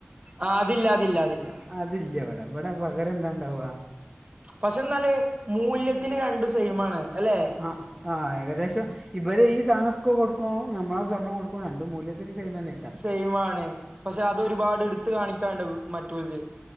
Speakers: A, on the right; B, in the centre.
A: ആഹ് അതില്ല അതില്ല അതില്ല
B: അതില്യ ഇവിടെ ഇവിടെ പകരം എന്താണ്ടാവാ
A: പക്ഷെ എന്നാല് മൂല്യത്തില് രണ്ടും സെയ്മാണ് അല്ലെ
B: ആഹ് ആഹ് ഏകദേശം ഇവര് സാധനൊക്കെ കൊടുക്ക്ണോം നമ്മളെ സ്വർണം കൊടുക്കുണോം രണ്ടും മൂല്യത്തില് സേമന്നെ
A: സെയിമാണ് പക്ഷെ അതൊരുപാട് എടുത്ത് കാണിക്കാണ്ട് മറ്റൊല്ത്